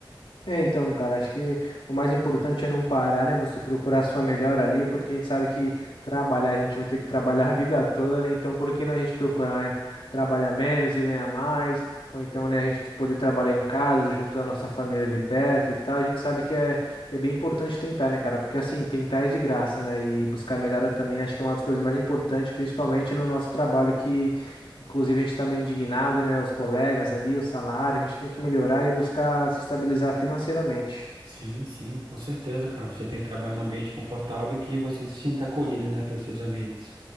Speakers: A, on the left; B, on the right.
A: É, então, cara, acho que o mais importante é não parar, né? Você procurar a sua melhor ali, porque a gente sabe que trabalhar, a gente vai ter que trabalhar a vida toda, né? Então, por que não a gente procurar, né? Trabalhar menos e ganhar mais, ou então, né, a gente poder trabalhar em casa, junto da nossa família ali perto e tal. A gente sabe que é, que é bem importante tentar, né, cara? Porque assim, tentar é de graça, né? E buscar melhora também acho que é uma das coisas mais importantes, principalmente no nosso trabalho, que Inclusive, a gente está meio indignado, né? Os colegas ali, o salário, a gente tem que melhorar e buscar se estabilizar financeiramente.
B: Sim, sim, com certeza, cara. Você tem que trabalhar num ambiente confortável e que você se sinta acolhido, né, pelos seus amigos.